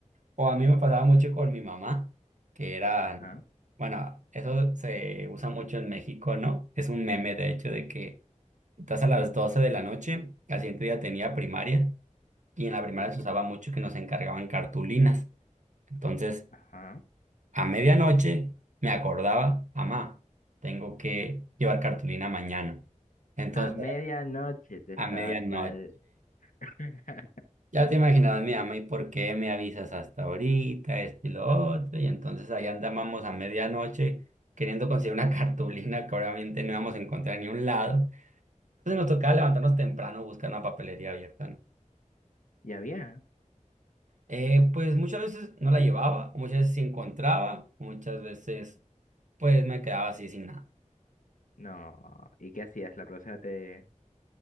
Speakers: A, on the right (about 70°); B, on the left (about 80°).
A: O a mí me pasaba mucho con mi mamá, que era,
B: Ajá,
A: bueno, eso se usa mucho en México, ¿no? Es un meme, de hecho, de que estás a las 12 de la noche, al siguiente día tenía primaria. y en la primaria
B: sí,
A: se usaba mucho que nos encargaban cartulinas. Entonces,
B: ajá.
A: a medianoche me acordaba, mamá, tengo que llevar cartulina mañana. Entonces,
B: A medianoche tú estabas
A: a medianoche,
B: mal. <laughs>
A: ya te imaginabas mi mamá, ¿y por qué me avisas hasta ahorita, esto y lo otro? Y entonces ahí andábamos a medianoche queriendo conseguir una <laughs> cartulina que obviamente no íbamos a encontrar en ningún lado. Entonces nos tocaba levantarnos temprano, buscar una papelería abierta, ¿no?
B: ¿Ya había?
A: Eh, pues muchas veces no la llevaba, o muchas veces sí encontraba, o muchas veces pues me quedaba así sin nada.
B: No. ¿Y qué hacías? La profesora te...